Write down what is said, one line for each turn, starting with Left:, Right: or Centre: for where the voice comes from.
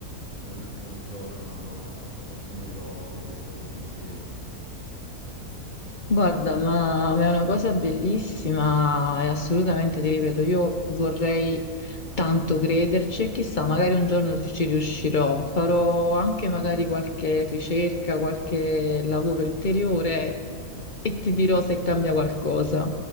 Right: fino all'ultimo giorno, ecco, forse morirò con questa convinzione.
Left: Guarda, ma ma è una cosa bellissima e assolutamente ti ripeto, io vorrei tanto crederci e chissà, magari un giorno ci ci riuscirò. Farò anche magari qualche ricerca, qualche lavoro interiore e ti dirò se cambia qualcosa.